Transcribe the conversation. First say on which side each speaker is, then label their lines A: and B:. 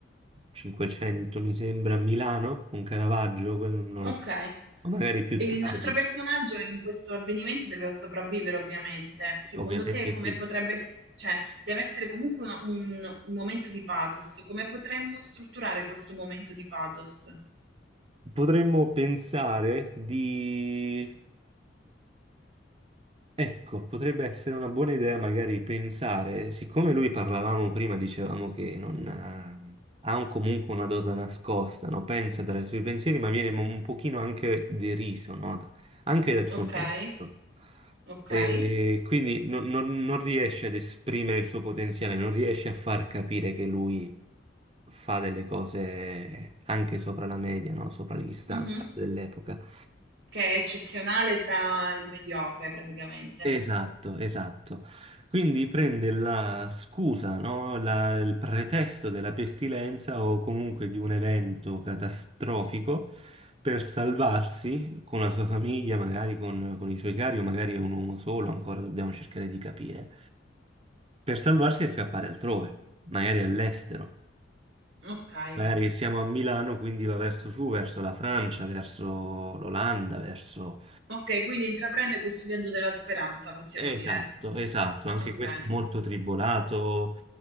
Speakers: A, on the right; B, on the right.
A: 500 mi sembra a Milano, con Caravaggio, que- non
B: Okay.
A: lo so, o magari più
B: E il
A: tardi,
B: nostro personaggio in questo avvenimento deve sopravvivere ovviamente. Secondo
A: ovviamente
B: te come
A: sì.
B: potrebbe f cioè deve essere comunque una un un momento di pathos. Come potremmo strutturare questo momento di pathos?
A: Potremmo pensare di... Ecco, potrebbe essere una buona idea magari pensare, siccome lui parlavamo prima, dicevamo che non ha, ha un- comunque una dote nascosta, no? Pensa per i suoi pensieri, ma viene un pochino anche deriso, no? Anche dal suo
B: Okay,
A: maestro.
B: okay.
A: E quindi non, non- non riesce ad esprimere il suo potenziale, non riesce a far capire che lui fa delle cose anche sopra la media, no? Sopra gli standard
B: Mh-mh.
A: dell'epoca.
B: Che è eccezionale tra il mediocre praticamente.
A: Esatto, esatto. Quindi prende la scusa, no? La- il pretesto della pestilenza o comunque di un evento catastrofico per salvarsi con la sua famiglia, magari con, con i suoi cari, o magari è un uomo solo, ancora dobbiamo cercare di capire. Per salvarsi e scappare altrove, magari all'estero.
B: Okay.
A: Magari siamo a Milano, quindi va verso su, verso la Francia, verso l'Olanda, verso...
B: Okay, quindi intraprende questo viaggio della speranza, possiamo
A: Esatto,
B: dire.
A: esatto, anche
B: Okay.
A: questo molto tribolato,